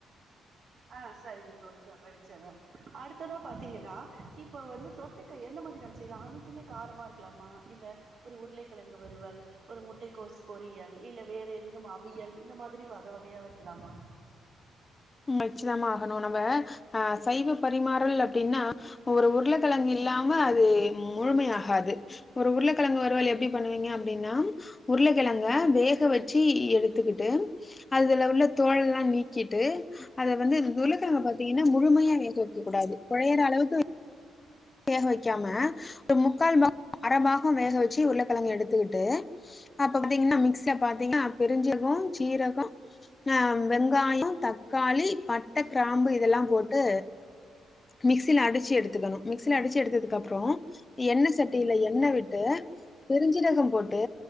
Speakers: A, on the right; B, on the left.
A: ஆ செரிங்க தோழி வடிச்சிர்றே அடுத்ததா பாத்தீங்கன்னா இப்ப வந்து தொட்டுக்க எந்த மாத்ரி நா செய்யலா அனைத்துமே காரமா இருக்கலாமா இல்ல ஒரு உருளைக்கிழங்கு வறுவல் ஒரு முட்டை கோஸ் பொரியல் இல்ல வேற எதேனும் அவியல் இந்த மாத்ரி வக வகையா வெக்கலாமா
B: வச்சிதாமா ஆகணூ நம்ம ஆ சைவ பரிமாறல் அப்டின்னா ஒரு உருளைக்கிழங்கு இல்லாம அது முழுமையகாது ஒரு உருளைக்கிழங்கு வறுவல் எப்டி பண்ணுவீங்க அப்டின்னா உருளக்கிழங்க வேக வச்சு எடுத்துக்கிட்டு அதுல உள்ள தோல் எல்லா நீக்கிட்டு அத வந்து துலுக்கங்கா பாத்தீங்னா முழுமையா வேக வெக்கக் கூடாது கொழையறளவுக்கு வேக வேக்காம ஒரு முக்கால் பாகோ அரபாகோ வேக வச்சு உருளக்கெழங்கு எடுத்து விட்டு அப்ப பாத்தீங்னா மிக்ஸ பாத்தீங்னா பெருஞ்சிர்கோ சீரகோ ஆ வெங்காயோ தக்காளி பட்ட கிராம்பு இதல்லா போட்டு மிக்சில அடிச்சு எடுத்துக்கணு மிக்சில அடிச்சு எடுத்ததுக்கு அப்றோ எண்ணெ சட்டியில எண்ணெ விட்டு பெரிஞ்சீரகோ போட்டு